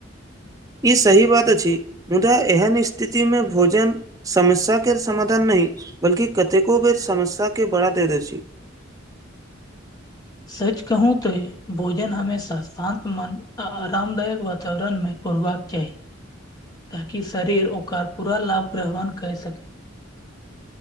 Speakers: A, on the right; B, on the left.
A: ई सही बात अछि मुदा एहन स्थितिमे भोजन समस्या के समाधान नहि बल्कि कतेको बेर समस्या के बड़ा दे दै छी
B: सच कहू तऽ भोजन हमेशा शान्त मन आ आरामदायक वातावरणमे करबाक चाही ताकि शरीर ओकर पूरा लाभ प्रवान कै सकै